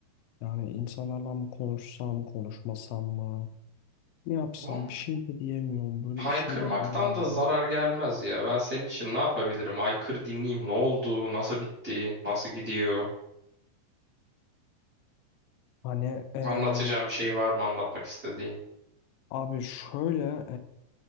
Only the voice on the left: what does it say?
Yani insanlarla mı konuşsam, konuşmasam mı? Ne yapsam
bir şey de diyemiyorum. Böyle
bir şey de bulamıyorum.
Hani eee,
abi şöyle